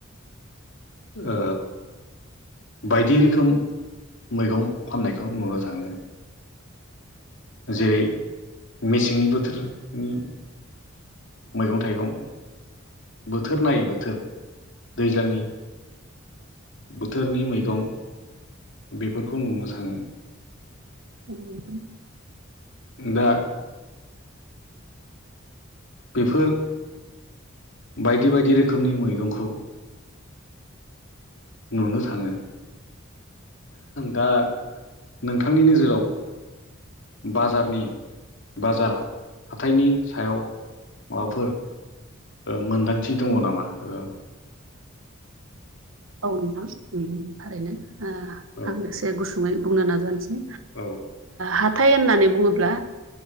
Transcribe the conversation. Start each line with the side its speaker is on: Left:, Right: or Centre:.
Left: ओ बायदि रोखोम मैगं फाननायखौ नुनो थाङो। जेरै मेसेंनि बोथोरनि मैगं थाइगं बोथोर नायै बोथोर दैज्लांनि बोथोरनि मैगं बेफोरखौ नुनो थांङो
Right: <unintelligible>
Left: दा। बेफोर बायदि बायदि रोखोमनि मैगंखौ नुनो थाङो दा नोंथांनि नोजोराव बाजारनि बाजार हाथायनि सायाव माबाफोर मोन्दांथि दङ नामा एबा
Right: औ नोंथां उम थारैनो ओ
Left: औ
Right: आं एसे गुसुङै बुंनो नाजानोसै।
Left: औ
Right: हाथाय होननानै बुङोब्ला